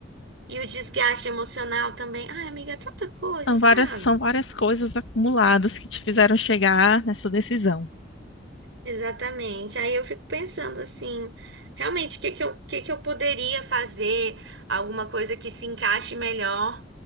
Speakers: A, on the right; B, on the left.
A: E o desgaste emocional também. Ai, amiga, é tanta coisa,
B: São
A: sabe?
B: várias, são várias coisas acumuladas que te fizeram chegar nessa decisão.
A: Exatamente. Aí eu fico pensando assim, realmente, o que que eu, o que que eu poderia fazer? Alguma coisa que se encaixe melhor